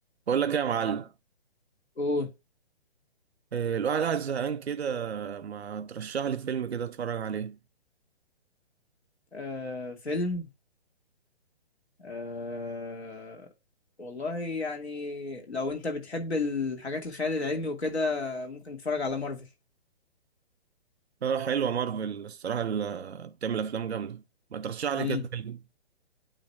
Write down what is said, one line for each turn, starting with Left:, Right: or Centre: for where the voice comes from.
Right: بقول لك ايه يا معلم
Left: قول
Right: إيه، الواحد قاعد زهقان كده ما ترشح لي فيلم كده اتفرج عليه
Left: آه فيلم آه والله يعني لو انت بتحب الحاجات الخيال العلمي وكده ممكن تتفرج على مارفل
Right: اه حلوه مارفل الصراحه اللي بتعمل افلام جامده ما ترشح لي
Left: امم
Right: كده فيلم